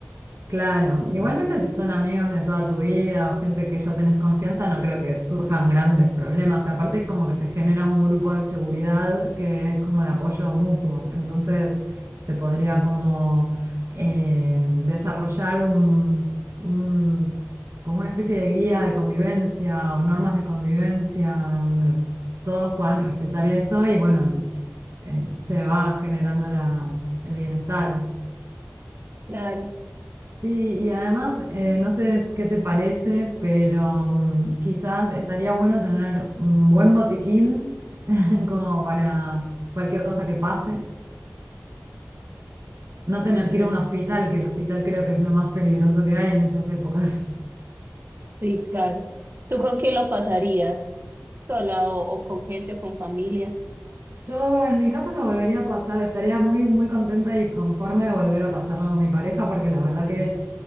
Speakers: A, on the right; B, on the right.
A: Claro, igualmente si son amigos de toda tu vida o gente que ya tenés confianza, no creo que surjan grandes problemas. Y aparte es como que se genera un grupo de seguridad que es como de apoyo mutuo. Entonces se podría como eh, desarrollar un, un- como una especie de guía de convivencia o normas de convivencia donde todos puedan respetar eso y bueno, eh, se va generando la- el bienestar.
B: Claro.
A: Sí, y además, eh, no sé qué te parece, pero mm, quizás estaría bueno tener un buen botiquín <laughs> como para cualquier cosa que pase. No tener
B: Ujú.
A: que ir a un hospital, que el hospital creo que es lo más peligroso que hay en esas épocas.
B: Sí, claro. ¿Tú con quién lo pasarías? ¿Sola o, o con gente o con familia?
A: <laughs> Yo en mi caso lo volvería a pasar, estaría muy, muy contenta y conforme de volver a pasarlo con mi pareja, porque la verdad que